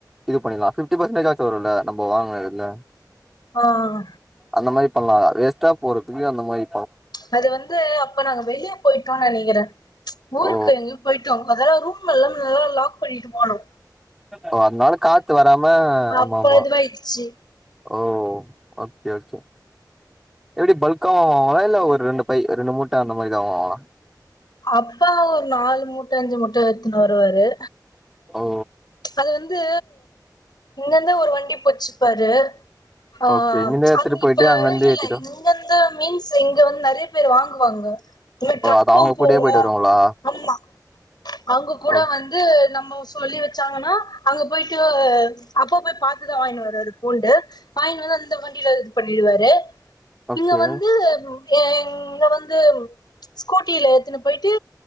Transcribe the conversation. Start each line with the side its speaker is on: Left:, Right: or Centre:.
Centre: இது பண்ணலாம் பிப்டி பர்சன்ேஜ ஆும் வரும்ல நம்ம வாங்கின இதுல
Left: ஆஹ்
Centre: அந்த மாரி பண்ணலா வேஸ்டா போறதுக்கு அந்த மாதிரி
Left: அது வந்து அப்ப நாங்க வெளியே போயிட்டோ நினைக்கிற ஊருக்கு
Centre: ஓ
Left: எங்கயோ போயிட்டோ அதெல்லா ரூம் எல்லா நல்லா லாக் பண்ணிட்டு போகணு
Centre: அ அதனால காத்து வராம ஆம
Left: அப்ப
Centre: ஆமா
Left: இதுவாயிடுச்சு
Centre: ஓ ஓகே ஓகே எப்படி பல்க்க வாங்களா இல்ல ஒரு ரெண்டு ப ரெண்டு மூட்ட அந்த மாரி தா வாங்களா
Left: அப்பா ஒரு நாலு மூட்ட அஞ்சு மூட்டை எத்துன்னு வருவாரு
Centre: ஓ
Left: அது வந்து இன்னந்த ஒரு வண்டி போச்சு பரு ஆஹ
Centre: ஓகே இங்கந்து எடுத்துட்டு
Left: அ
Centre: போயிட்டு
Left: இப்ப
Centre: அங்கந்து
Left: இல்லல்ல
Centre: ஏத்திட்டு
Left: இங்கந்து மீன்ஸ் இங்க வந்து நிறைய பேர் வாங்க வாங்கு அம்ம டிரக்கு
Centre: ஓ அது அவங்க
Left: போவோ
Centre: கூடயே போயிட்டு வருவாங்களா
Left: ஆமா அங்க கூட
Centre: ஓ
Left: வந்து நம்ம சொல்லி வச்ச ச்சாங்கன்னா அங்க போயிட்டு அப்ப போய் பார்த்துதா வாங்கின் வருவாரு பூண்டு வங்கின் வந்து அந்த வண்டியில இது பண்ணிடுவாரு
Centre: ஓகே
Left: இங்க வந்து எங்க வந்து ஸ்கூட்டியில ஏத்துன்னு போயிட்டு